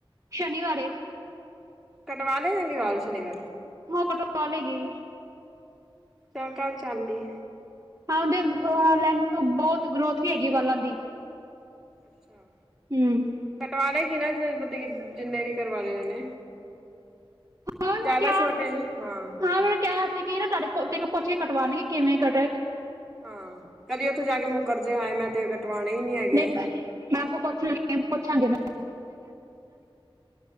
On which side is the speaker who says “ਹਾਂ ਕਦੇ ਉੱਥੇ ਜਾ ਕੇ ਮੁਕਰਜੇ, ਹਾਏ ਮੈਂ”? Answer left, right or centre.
Centre